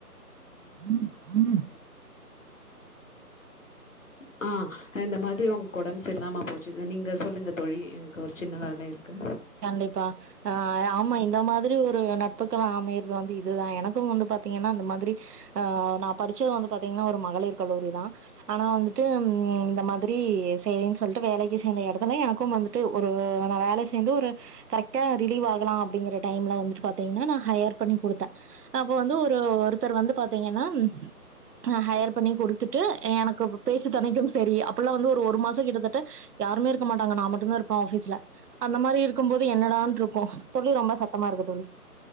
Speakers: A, on the right; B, on the left.
A: உ உ <unintelligible>
B: <inaudible> ஆ இந்த மாத்ரி அவுங்க் ஒடம்பு செரில்லாம போச்சு நீங்க சொல்லுங்க தோழி எனக் ஒரு சின்ன வேல இருக்கு
A: கண்டிப்பா அ ஆமா இந்த மாதிரி ஒரு நட்புக்கலா அமையற்து வந்து இதுதா எனக்கு வந்து பாத்திங்கன்னா இந்த மாதிரி அ நா படுச்சது வந்து பாத்திங்கன்னா ஒரு மகளிர் கல்லூரி தா ஆனா வந்துட்டு இந்த மாதுரி சேரின் சொல்ட்டு வேலக்கி சேந்த எடத்துல எனக்கு வந்துட் டு ஒரு நா வேல சேந்து ஒரு கரெக்டா ரிலீவ் ஆகலா அப்டிங்குற டைம்ல வந்துட்டு பாத்திங்கன்னா நா ஹையர் பண்ணி குடுத்தே அப்போ வந்து ஒரு ஒருதர் வந்து பாத்தீங்ன்னா நா ஹையர் பண்ணி குடுத்துட்டு எனக்கு பேச்சு துணைக்கும் செரி அப்பல்லா வந்து ஒரு ஒரு மாசொ கிட்டத்தட்ட யாருமே இருக்க மாட்டங்க நா மட்டுதா இருப்ப ஆபீஸ்ல அந்த மாதரி இருக்கும்போது என்னடாட்டு இருக்கு தோழி ரொம்ப சத்தமா இருக்கு தோழி